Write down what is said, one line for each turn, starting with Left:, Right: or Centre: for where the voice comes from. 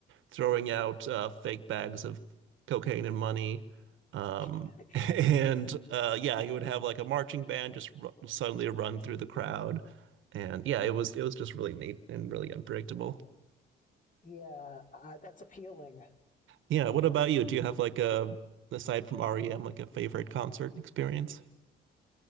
Right: throwing out uh, fake bags of cocaine and money, um,
Left: <laughs>
Right: <laughs> and uh, yeah, he would have like a marching band just r suddenly run through the crowd, and yeah, it was it was just really neat and really unpredictable.
Left: Yeah, uh, that's appealing.
Right: Yeah, what about you? Do you have like a, aside from REM, like a favorite concert experience?